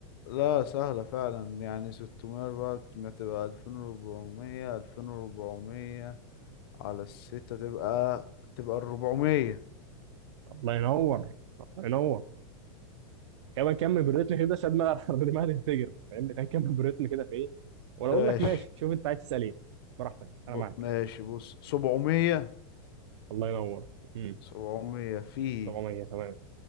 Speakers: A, on the left; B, on the right.
A: لا سهلة فعلا يعني 600 بقى تبقى 2400 2400 على الستة تبقى تبقى 400
B: الله ينور الله ينور كمان كمل بالريتم كده ساب ما الرماية <laughs> تنفجر فاهمني كان كمل بالريتم كده في ايه ولا اقول
A: ماشي
B: لك ماشي شوف انت عايز تسال ايه براحتك انا
A: ب...
B: معاك
A: ماشي بص 700
B: الله ينور امم
A: 700 في
B: 700 تمام